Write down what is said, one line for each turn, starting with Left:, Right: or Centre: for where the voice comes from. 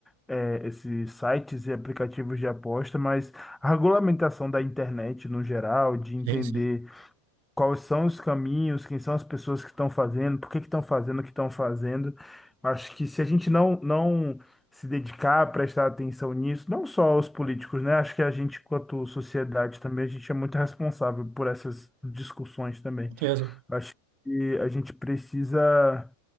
Centre: eh, esses sites e aplicativos de aposta, mas a regulamentação da internet no geral, de entender
Right: Sim, sim,
Centre: quais são os caminhos, quem são as pessoas que estão fazendo, por que que estão fazendo o que estão fazendo. Acho que se a gente não, não se dedicar a prestar atenção nisso, não só os políticos, né? Acho que a gente, quanto sociedade também, a gente é muito responsável por essas discussões também.
Right: com certeza.
Centre: Acho que a gente precisa